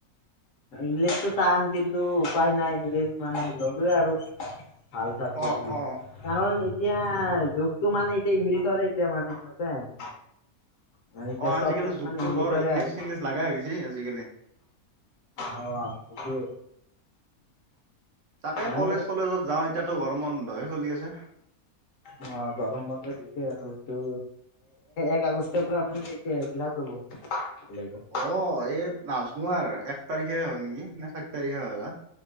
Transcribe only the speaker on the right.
অ
অ'।
অ' আজিকালি
যুগতটো
বৰ ইংলিছ
চিংলিছ লগা হৈ গৈছে আজিকালি।
তাকে
কলেজ চলেজত যাওঁ, এতিয়াতো গৰম বন্ধহে চলি আছে।
অ' এই নাজনো আৰু, এক তাৰিখে হয় নেকি নে চাৰি তাৰিখে হয় বা?